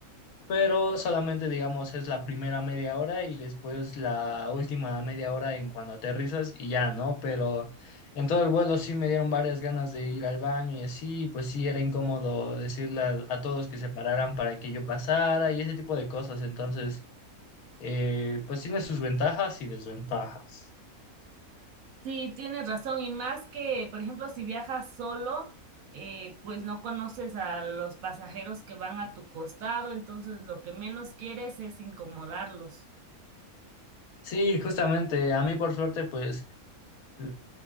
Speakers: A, on the left; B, on the right.
A: pero solamente digamos es la primera media hora y después la última media hora en cuando aterrizas y ya, ¿no? Pero en todo el vuelo sí me dieron varias ganas de ir al baño y así, pues sí era incómodo decirle a, a todos que se pararan para que yo pasara y ese tipo de cosas, entonces eh, pues tiene sus ventajas y desventajas.
B: Sí, tienes razón, y más que, por ejemplo, si viajas solo, eh, pues no conoces a los pasajeros que van a tu costado, entonces lo que menos quieres es incomodarlos.
A: Sí, justamente, a mí por suerte pues l-